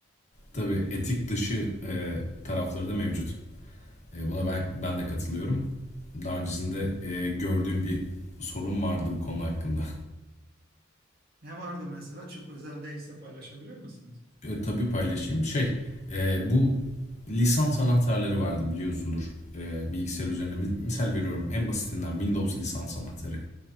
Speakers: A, on the left; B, on the right.
A: Tabii etik dışı e, tarafları da mevcut. E, buna ben ben de katılıyorum. Daha öncesinde e, gördüğüm bir sorun vardı bu konu hakkında.
B: Ne vardı mesela? Çok özel değilse paylaşabilir misiniz?
A: E, tabii paylaşayım. Şey, e, bu lisans anahtarları vardı biliyorsundur e, bilgisayar üzerinde. Misal veriyorum en basitinden Windows lisans anahtarı.